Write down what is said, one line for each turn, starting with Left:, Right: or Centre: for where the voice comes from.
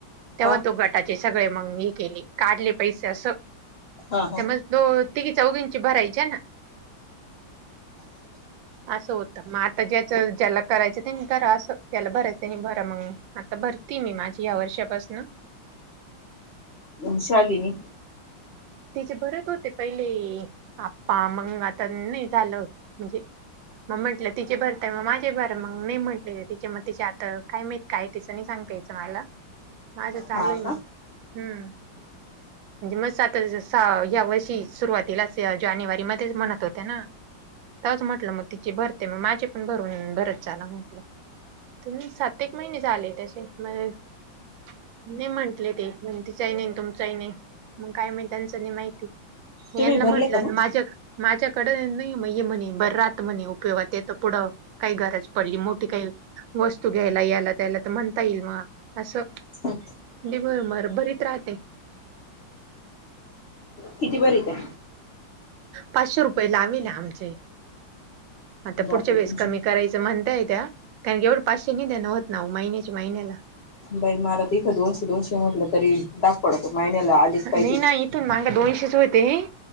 Right: तेव्हा
Left: हा
Right: तो गटाचे सगळे मंग हे केली काढले पैसे असं
Left: हा
Right: त्यामुळे तो तिघी चौघींचे भरायच्या ना, असं होत मग आ आता ज्याच ज्याला करायचं त्यांनी करा असं त्याला भरायचं त्यांनी भरा मंग. आता भरती मी माझी ह्या वर्षापासनं
Left: अं श्वालिनी
Right: तिचे भरत होते पहिले आप्पा, मंग आता नाही झालं म्हणजे मग म्हट टल तिचे भर ते मग माझेही भरा मंग मी म्हटलेले तिचे मग तिचे आता काय माहित काय तिचं नाही सांगत यायचं मला. <inaudible> माझं चालू
Left: हा
Right: आहे ना.
Left: का
Right: हम्म म्हणजे म सात आ यावर्षी सुरुवातीलाच ते जानेवारी मध्येच म्हणत होत्या ना. तेव्हाच म्हटलं मग तिची भरते मग माझे पण भरून भरत चाला म्हटलं. तर सात एक महिने झालेत असे म नाही म्हंटले ते. म्हणे तिचाही नाही आणि तुमचाही नाही, मंग काय माहित त्यांचं नाही माहिती. मी
Left: तुम्ही
Right: ह्यांना
Left: भरले
Right: म्हंटलं
Left: का मग
Right: माझ्या माझ्याकडे नाही मग हे म्हणे बर राहत म्हणे उपयोगात येत पुढं. काही गरज पडली. मोठी काही वस्तू घ्यायला ह्याला त्याला तर म्हणता येईल मग असं
Left: हं.
Right: दि बर मर बरीत राहते.
Left: किती बरी त्या.
Right: पाचशे रुपये लाविले आमचे. आता
Left: बापरे
Right: पुढच्या वेळेस
Left: तुमची
Right: कमी करायचं म्हणताय त्या. कारण एवढे पाचशे नाही देन होत ना, महिन्याच्या महिन्याला.
Left: बाई मला तर इथं दोनशे दोनशे म्हटलं, तरी दाप पडतो महिन्याला आडीच पाहिजेच.
Right: नाही ना इथून माग दोनशे च होते,